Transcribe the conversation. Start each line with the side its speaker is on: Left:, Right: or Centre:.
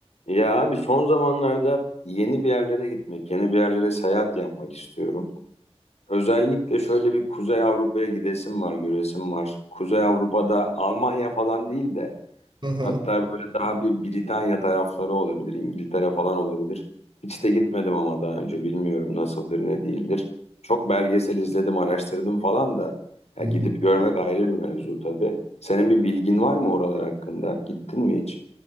Left: Ya abi son zamanlarda yeni bir yerlere gitmek, yeni bir yerlere seyahat yapmak istiyorum. Özellikle şöyle bir Kuzey Avrupa'ya gidesim var, göresim var. Kuzey Avrupa'da Almanya falan değil de
Right: Hı hı.
Left: hatta böyle daha bir Britanya tarafları olabilir, İngiltere falan olabilir. Hiç de gitmedim ama daha önce bilmiyorum nasıldır, ne değildir. Çok belgesel izledim, araştırdım falan da ya
Right: Hı
Left: gidip
Right: hı.
Left: görmek ayrı bir mevzu tabii. Senin bir bilgin var mı oralar hakkında? Gittin mi hiç?